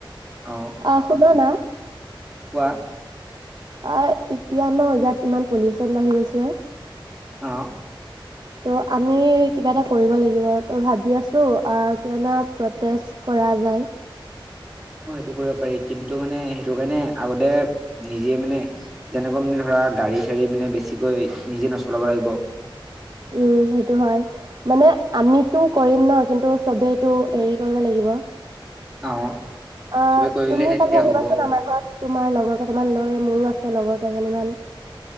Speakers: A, in the centre; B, on the right.
A: অ
B: অহ শুনা না,
A: কোৱা
B: অহ এতিয়া নহ ইয়াত ইমান পজিচন বাঢ়ি গৈছে
A: অহ
B: তহ আমি কিবা এটা কৰিব লাগিব তহ ভাবি আছো কিয়নো প্ৰটেষ্ট কৰা যায়
A: অহ সেইটো কৰিব পাৰি কিন্তু মানে সেইটো কাৰণে আগতে নিজে মানে যেনেকুৱা মানে ধৰা গাড়ী চা়ৰি মানে বেছিকৈ নিজে নচলাব লাগিব।
B: উম সেইটো হয় মানে আমিতো কৰিম ন কিন্তু চবেইটো হেৰি কৰিব লাগিব অহ
A: অ চবে কৰিলেহে
B: তুমি
A: তেতিয়া
B: কালি আহিবাচোন
A: হ'ব
B: আমাৰ ঘৰত তোমাৰ লগৰ কেইটামান লৈ মোৰো আছে লগৰ কেইজনীমান